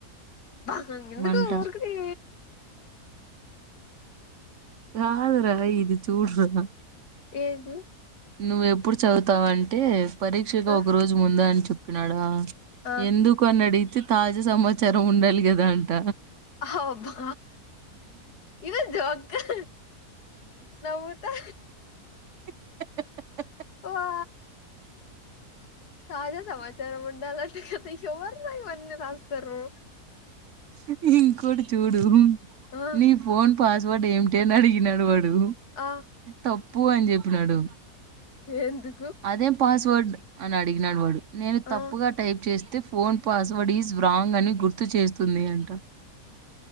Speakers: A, on the left; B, on the right.
A: బ ఎందుకు
B: మంట
A: ఊర్కనే
B: కాదురా ఇది చూడ్రా
A: ఏది
B: నువ్వు ఎప్పుడు చదువుతావంటే పరీక్షకు
A: ఆ!
B: ఒక రోజు ముంద అని చెప్పినాడా
A: ఆ!
B: ఎందుకు అని అడిగితే తాజా సమాచారం ఉండాలి కదా అంట
A: అబ్బా ఇదా జోక్గా నవ్వుతా
B: <inaudible>
A: వా తాజా సమాచారం ఉండాలంట కదా ఎవ్వరూ రా ఇవన్నీ రాస్తారు
B: <inaudible> చూడు చూడు
A: ఆ
B: నీ ఫోన్ పాస్వర్డ్ ఏంటి అని అడిగినాడు వాడ్ డు
A: ఆ
B: తప్పు అని చెప్పినాడు
A: ఏంది
B: అదేం పాస్వర్డ్ అని అడిగినాడు వాడు నేను
A: ఆ
B: తప్పుగా టైప్ చేస్ అయితే ఫోన్ పాస్వర్డ్ ఈజ్ రాంగ్ అని గుర్తు చేస్తుంది అంట